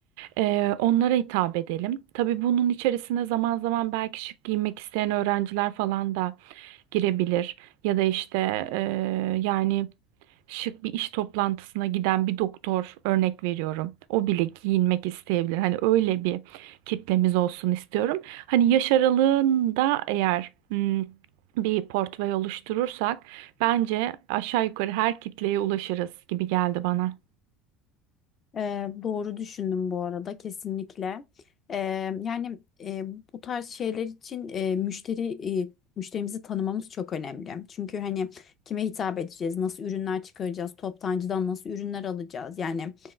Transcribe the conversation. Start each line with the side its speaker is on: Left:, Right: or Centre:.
Right: Ee, onlara hitap edelim. Tabii bunun içerisine zaman zaman belki şık giymek isteyen öğrenciler falan da girebilir. Ya da işte eee, yani şık bir iş toplantısına giden bir doktor örnek veriyorum. O bile giyinmek isteyebilir. Hani öyle bir kitlemiz olsun istiyorum. Hani yaş aralığında eğer hmm, bir portföy oluşturursak bence aşağı yukarı her kitleye ulaşırız gibi geldi bana.
Left: Ee, doğru düşündüm bu arada kesinlikle. Ee, yani e, bu tarz şeyler için e, müşteri e, müşterimizi tanımamız çok önemli. Çünkü hani kime hitap edeceğiz, nasıl ürünler çıkaracağız, toptancıdan nasıl ürünler alacağız. Yani